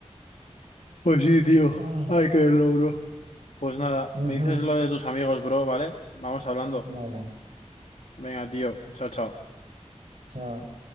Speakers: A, on the left (about 70°); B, on the right (about 75°).
A: Pues sí, tío.
B: Ah,
A: Ay, bro. Pues nada,
B: ujú,
A: me dices lo de tus amigos, bro, ¿vale? Vamos hablando.
B: Vale,
A: Venga, tío. Chao, chao.
B: chao.